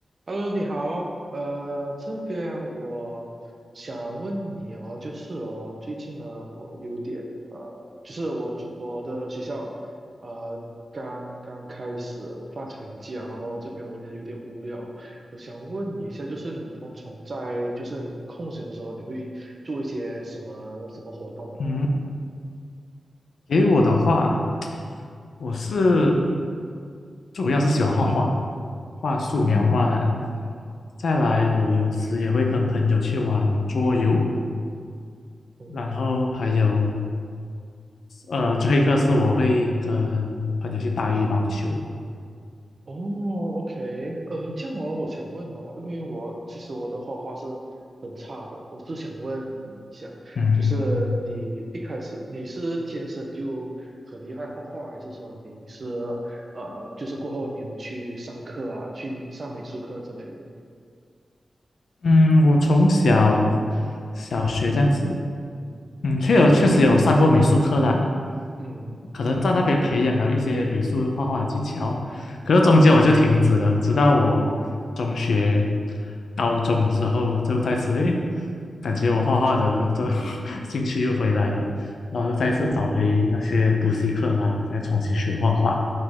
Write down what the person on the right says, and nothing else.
Hello，你好，呃，这边我想问你哦，就是哦，最近呢，我有点呃，就是我准我的学校呃刚刚开始放长假，然后这边我就有点无聊，我想问你一下，就是你通常在就是你空闲的时候，你会做一些什么什么活动呢？
嗯，
哦
哦，OK，呃，这样哦，我想问哦，因为我其实我的画画是很差的，我是想问你一下，
就是你一开始你是天生就很厉害画画，还是说你是呃，就是过后你有去上课啊，去上美术课之类的？
嗯
嗯，
哦